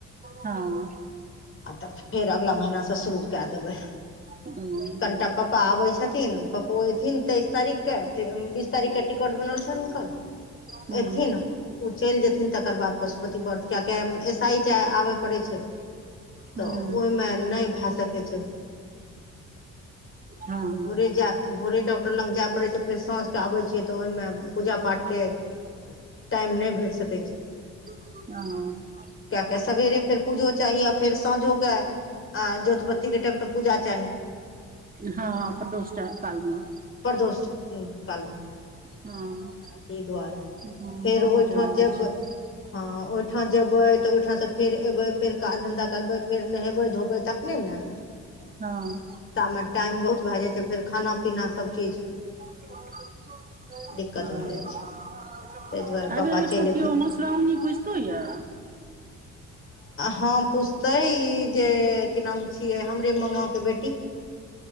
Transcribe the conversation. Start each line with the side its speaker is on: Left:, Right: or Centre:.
Right: हँ
Left: आ त फेर अगला महिनासँ शुरू कए देबै
Right: हँ
Left: कनिटा पप्पा आबै छथिन पप्पो अयथिन तेइस तारीख के बीस तारीख के टिकट बनल छन हुनकर
Right: हूँ
Left: एथि न ओ चलि जेथिन तकर बाद पशुपति वर्त केएके ऐसा ह जाय आबय पड़ै छै त
Right: हूँ
Left: ओहिमे नहि भए सकै छै
Right: हँ
Left: भोरे जाय भोरे डॉक्टर लग जाय पड़ै छै फेर साँझकेँ आबै छियै त ओहिमे पूजा पाठके टाइम नहि भेट सकैत छै
Right: ह
Left: कए क सवेरे फेर पूजो चाही आ फेर साँझोके आ जोतबत्तीके टाइमपर पूजा चाही
Right: हँ प्रदोषटा काल मे
Left: प्रदोष काल मे
Right: हँ
Left: अही द्वारे
Right: हँ
Left: फेर
Right: दुनू
Left: ओहिठाम
Right: टाइम होइ
Left: जेबै
Right: छै
Left: हँ ओहिठाम जेबै त ओहिठाम से फेर एबै फेर काज धंधा करबै फेर नेहेबै धोबै तखने न
Right: नैय
Left: तामे टाइम बहुत भए जाइ छै फेर खाना पीना सबचीज
Right: एहि
Left: दिक्कत भए जाइ छै ताहि दुआरे पप्पा
Right: बेर ओइ काम
Left: चलि
Right: खेतों
Left: अयथिन
Right: म श्रामणी पुइजतो य
Left: हँ पुजतै इ जे की नाम छियै हमरे मामा के बेटी